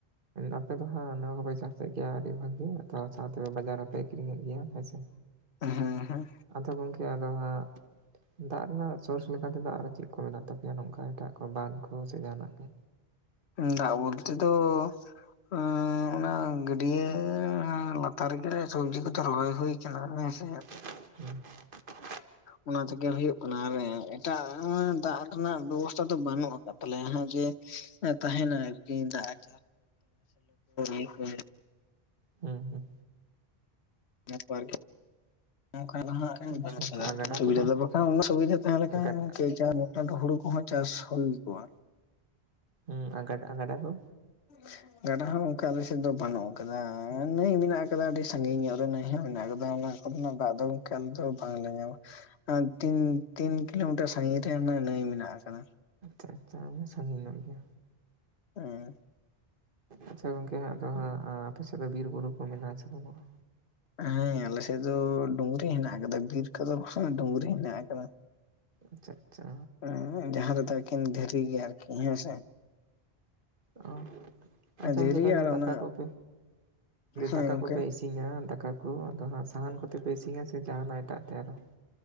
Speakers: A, on the right; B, on the left.
A: ᱟᱯᱮ ᱫᱚ ᱦᱟᱸᱜ ᱱᱚᱣᱟ ᱠᱚᱯᱮ ᱪᱟᱥᱮᱜ ᱜᱮᱭᱟ ᱟᱹᱰᱤ ᱵᱷᱟᱹᱜᱤ ᱟᱫᱚ ᱥᱟᱶᱛᱮ ᱯᱮ ᱵᱟᱡᱟᱨ ᱦᱚᱸᱯᱮ ᱟᱠᱷᱨᱤᱧᱮᱜ ᱜᱮᱭᱟ ᱦᱮᱸᱥᱮ
B: ᱦᱮᱸ ᱦᱮᱸ᱾
A: ᱟᱫᱚ ᱜᱚᱝᱠᱮ ᱟᱫᱚ ᱦᱟᱸᱜ ᱫᱟᱜ ᱨᱮᱱᱟᱜ ᱥᱳᱨᱥ ᱞᱮᱠᱟ ᱛᱮ ᱫᱚ ᱟᱨᱚ ᱪᱮᱜ ᱠᱚ ᱢᱮᱱᱟᱜ ᱛᱟᱯᱮᱭᱟ ᱱᱚᱝᱠᱟ ᱮᱴᱟᱜ ᱠᱚ ᱵᱟᱸᱱ ᱠᱚ? ᱥᱮ ᱡᱟᱦᱟᱱᱟᱜ ᱠᱚ
B: ᱩ ᱫᱟᱜ ᱵᱚᱞᱛᱮ ᱫᱚ ᱟᱸ ᱚᱱᱟ ᱜᱟᱹᱰᱭᱟᱹ ᱦᱟ ᱞᱟᱛᱟᱨ ᱨᱮᱜᱮ ᱥᱚᱵᱡᱤ ᱠᱚᱫᱚ ᱨᱚᱦᱚᱭ ᱦᱩᱭ ᱠᱟᱱᱟ ᱦᱮᱸ ᱥᱮ ᱦᱟᱜ᱾
A: <inaudible>
B: ᱚᱱᱟ ᱛᱮᱜᱮ ᱦᱩᱭᱩᱜ ᱠᱟᱱᱟ ᱟᱨᱮ ᱮᱴᱟᱜ ᱫᱟᱜ ᱨᱮᱱᱟᱜ ᱵᱮᱵᱚᱥᱛᱷᱟ ᱫᱚ ᱵᱟᱹᱱᱩᱜ ᱟᱠᱟᱫᱟ᱾ ᱛᱟᱦᱚᱞᱮ ᱦᱟ ᱡᱮ ᱛᱟᱦᱮᱱᱟ ᱟᱨᱠᱤ ᱫᱟᱜ <unintelligible>
A: ᱦᱮᱸ ᱦᱮᱸ᱾
B: ᱛᱟᱨ ᱯᱚᱨ ᱟᱨᱠᱤ ᱚᱱᱠᱟ ᱫᱚ ᱦᱟᱸᱜ <unintelligible>
A: ᱟᱪᱪᱷᱟ ᱟᱪᱪᱷᱟ ᱟᱨ ᱜᱟᱰᱟ
B: ᱥᱩᱵᱤᱫᱷᱟ
A: ᱠᱚᱫᱚ
B: ᱫᱚ ᱵᱟᱠᱷᱟᱱ ᱚᱱᱟ ᱥᱚᱵᱤᱫᱟ ᱛᱟᱦᱮ ᱞᱮᱠᱷᱟᱱ
A: ᱜᱟᱰᱟ
B: ᱜᱟᱝᱠᱮ ᱡᱟ ᱟᱫᱚ ᱦᱩᱲᱩ ᱠᱚᱦᱚᱸ ᱪᱟᱥ ᱦᱩᱭ ᱠᱚᱜᱼᱟ,
A: ᱦᱩᱸ ᱟ ᱜᱟᱰᱟ ᱟ ᱜᱟᱰᱟ ᱫᱚ?
B: <inaudible> ᱜᱟᱰᱟ ᱦᱚᱸ ᱚᱱᱠᱟ ᱟᱞᱮ ᱥᱮᱜ ᱫᱚ ᱵᱟᱹᱱᱩᱜ ᱟᱠᱟᱫᱟ ᱱᱟᱹᱭ ᱢᱮᱱᱟᱜ ᱟᱠᱟᱫᱟ ᱟᱹᱰᱤ ᱥᱟᱺᱜᱤᱧ ᱧᱚᱜ ᱨᱮ ᱱᱟᱹᱭ ᱦᱚᱸ ᱢᱮᱱᱟᱜ ᱠᱟᱫᱟ ᱚᱱᱟ ᱠᱟᱵᱷᱤᱱᱟ ᱫᱟᱜ ᱫᱚ ᱜᱚᱝᱠᱮ ᱟᱞᱮ ᱫᱚ ᱵᱟᱝ ᱞᱮ ᱧᱟᱢᱟ᱾ ᱟᱨ ᱛᱤᱱ ᱛᱤᱱ ᱠᱤᱞᱳᱢᱤᱴᱟᱨ ᱥᱟᱹᱜᱤᱧ ᱨᱮ ᱚᱱᱟ ᱱᱟᱹᱭ ᱢᱮᱱᱟᱜ ᱟᱠᱟᱫᱟ᱾
A: ᱟᱪᱷᱟ ᱚᱱᱮ ᱥᱟᱺᱜᱤᱧ ᱧᱚᱜ ᱜᱮ᱾
B: ᱦᱩᱸ᱾
A: ᱟᱪᱪᱷᱟ ᱜᱚᱝᱠᱮ ᱦᱟᱸᱜ ᱟᱫᱚ ᱦᱟᱜ ᱟ ᱟᱯᱮ ᱥᱮᱜ ᱫᱚ ᱵᱤᱨ ᱵᱩᱨᱩ ᱠᱚ ᱢᱮᱱᱟᱜᱼᱟ ᱥᱮ ᱵᱟᱹᱱᱩᱜᱼᱟ?
B: ᱦᱮᱸ ᱟᱞᱮᱥᱮᱜ ᱫᱚ ᱰᱩᱝᱨᱤ ᱦᱮᱱᱟᱜ ᱟᱠᱟᱫᱟ ᱵᱤᱨ ᱠᱚᱫᱚ ᱵᱟᱝ ᱰᱩᱝᱨᱤ ᱦᱮᱱᱟᱜ ᱟᱠᱟᱫᱟ᱾
A: ᱟᱪᱪᱷᱟ ᱟᱪᱪᱷᱟ᱾
B: ᱚ ᱡᱟᱦᱟᱸ ᱨᱮᱫᱚ ᱟᱹᱠᱷᱮᱱ ᱫᱷᱤᱨᱤ ᱜᱮᱭᱟ ᱟᱨᱠᱤ ᱦᱮᱸᱥᱮ᱾
A: ᱚ ᱟᱪᱪᱷᱟ
B: ᱫᱷᱤᱨᱤ
A: ᱜᱚᱝᱠᱮ ᱛᱟᱦᱚᱞᱮ
B: ᱟᱨ ᱚᱱᱟ
A: ᱫᱟᱠᱟ ᱠᱚᱯᱮ
B: ᱦᱮᱸ
A: ᱫᱟᱠᱟ
B: ᱜᱚᱝᱠᱮ
A: ᱠᱚᱯᱮ ᱤᱥᱤᱱ ᱤᱥᱤᱱᱟ ᱫᱟᱠᱟ ᱠᱚ ᱟᱫᱚ ᱦᱟᱜ ᱥᱟᱦᱟᱱ ᱠᱚᱛᱮ ᱯᱮ ᱤᱥᱤᱱᱟ ᱥᱮ ᱡᱟᱦᱟᱱᱟᱜ ᱮᱴᱟᱜ ᱛᱮ ᱟᱨᱚ?